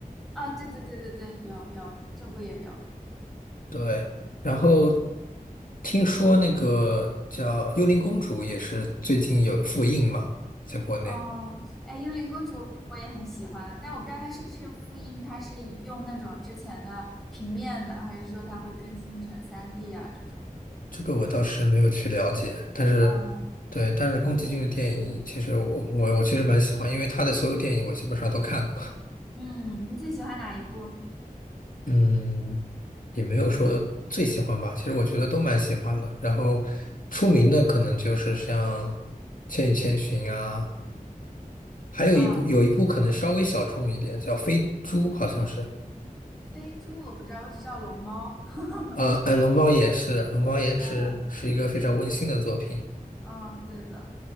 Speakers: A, in the centre; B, on the left (about 65°).
A: 啊，对对对对对，有有，这部也有
B: 对。然后听说那个叫《幽灵公主》也是最近有复映嘛，在国内。
A: 哦。哎，幽灵公主我也很喜欢，但我不知道它是不是复印，它是用那种之前的平面的，还是说它会更新成 3D 啊这种？
B: 这个我倒是没有去了解，但是，
A: 哦，
B: 对，但是宫崎骏的电影，其实我我我其实蛮喜欢，因为他的所有电影我基本上都看过，
A: 嗯，你最喜欢哪一部
B: 嗯，也没有说最喜欢吧，其实我觉得都蛮喜欢的。然后出名的可能就是像《千与千寻》啊，还有一部有一部可能稍微小众一点，
A: 啊？
B: 叫《飞猪》，好像是，
A: 飞猪我不知道，我只知道龙猫。<laughs>
B: 呃呃，龙猫也是，龙猫也是是一个非常温馨的作品，
A: 嗯嗯，对的，